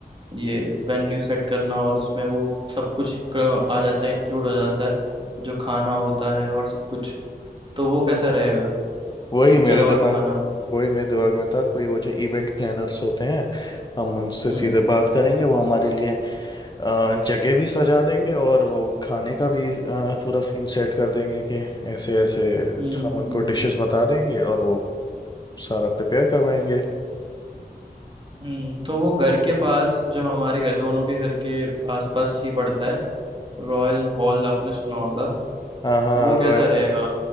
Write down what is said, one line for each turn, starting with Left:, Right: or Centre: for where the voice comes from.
Right: ये वेन्यू सेट करना और उसमें वो सब कुछ क- आ जाता है इंक्लूड हो जाता है जो खाना होता है और सब कुछ तो वो कैसा रहेगा
Left: वही
Right: जगह
Left: मेरे
Right: और
Left: दिमाग
Right: खाना
Left: वही मेरे दिमाग में था कोई वो जो इवेंट प्लानर्स होते हैं हम उनसे
Right: हम्म
Left: सीधे बात करेंगे वो हमारे लिए अ, जगह भी सजा देंगे और वो खाने का भी अ, पूरा सीन सेट कर देंगे कि ऐसे ऐसे
Right: हम्म
Left: हम उनको डिशेस बता देंगे और वो सारा प्रिपेयर करवाएंगे
Right: हम्म तो वो घर के पास जो हमारे घर दोनों के घर के आसपास ही पड़ता है रॉयल हॉल आपने सुना होगा
Left: हाँ हाँ
Right: वो
Left: रॉय
Right: कैसा रहेगा